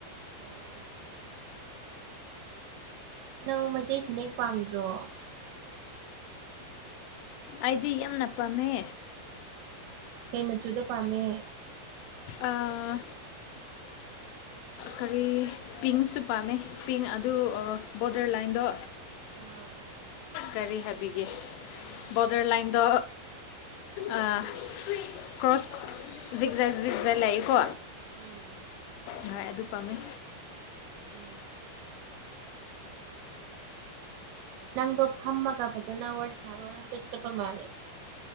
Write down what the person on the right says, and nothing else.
ꯑꯣ ꯅꯪ ꯃꯩꯇꯩ ꯐꯅꯦꯛ ꯄꯥꯝꯗ꯭ꯔꯣ
ꯀꯩ ꯃꯆꯨꯗ ꯄꯥꯝꯃꯤ
ꯑꯥ
ꯎꯝ
ꯎꯝ ꯅꯪꯗꯣ ꯐꯝꯃꯒ ꯐꯖꯅ ꯋꯥꯔꯤ ꯁꯥꯔꯣ ꯑꯩꯈꯣꯏꯁꯨ ꯆꯠꯄ ꯃꯥꯜꯂꯦ